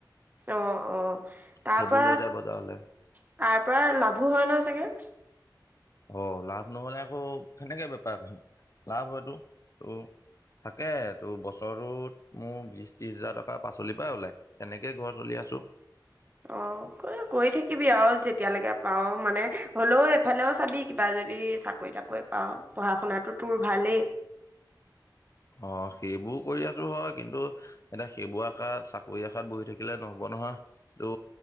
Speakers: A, on the right; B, on the left.
A: অ' অ'। তাৰ
B: সেইবোৰ
A: পৰা
B: লৈ যায় বজাৰলৈ
A: তাৰ পৰা লাভো হয় নহয় চাগে।
B: অ' লাভ নহ'লে, আকৌ কেনেকে বেপাৰ কৰিম লাভ হয়তটো তোৰ থাকে তো বছৰটোত মোৰ বিশ ত্ৰিশ হাজাৰ টকা পাচলিৰ পৰা ওলাই তেনেকে ঘৰ চলি আছে। আছো
A: অ' ক কৰি থাকিবি আৰু যেতিয়ালৈকে পাৰ মানে হ'লেও এফালেও চাবি কিবা যদি চাকৰি তাকৰি পাওঁ, পঢ়া শুনাটো তোৰ ভালেই।
B: অ' সেইবোৰ কৰি আছো হয়, কিন্তু এতিয়া সেইবোৰ আশাত চাকৰি আষাত বহি থাকিলে নহ'ব নহয়। তো